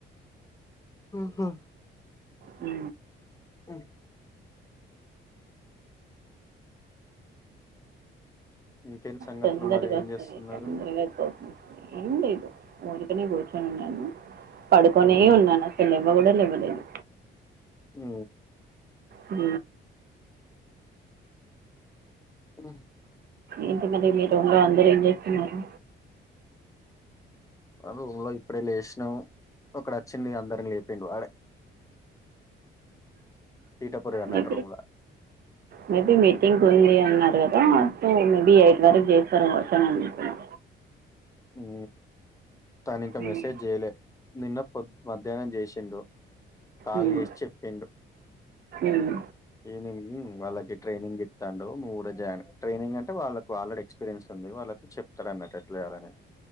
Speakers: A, on the left; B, on the right.
A: ఆహా
B: ఉ
A: ఆ ఇంకేంటి సంగతులు
B: తొందరగా
A: మరి ఏం
B: వస్తది
A: చేస్తున్నారు
B: తొందరగా అయిపోయింది ఏం లేదు ఊరికనే కూర్చొని ఉన్నాను పడుకొనే
A: ఉమ్
B: ఉన్నాను అస లేవ కూడా లేెవ లేదు
A: ఉ
B: ఉ
A: ఆ
B: ఇంటి మీదు మీ రూమ్ లో అందరూ ఏం చేస్తున్నారు
A: ఆరూమ్ లో ఇప్పుడే లేసినం ఒకడు వచ్చింది అందరినీ లేపిండు వాడే తీటపురుగు అన్నట్టు
B: అ
A: రూమ్ లా
B: మేబి మీటింగ్ పోయింది అన్నారు కదా సో మేబి ఎయిట్ వరకు చేస్తారు వచ్చారు అని చెప్పాను
A: ఉ తను ఇంకా
B: ఉమ్.
A: మెసేజ్ చేయలే నిన్న పొద్ మధ్యాహ్నం చేసిండు కాల్
B: ఉమ్.
A: చేసి చెప్పిండు
B: ఉమ్.
A: ఈవినింగ్ వాళ్లకి ట్రైనింగ్ ఇత్తాండు నువ్వు కూడా జాయిన్ ట్రైనింగ్ అంటే వాళ్లకు ఆల్రెడీ ఎక్స్పీరియన్స్ ఉంది వాళ్ళ చెప్తాడు అన్నట్టు ఎట్లా చేయాలని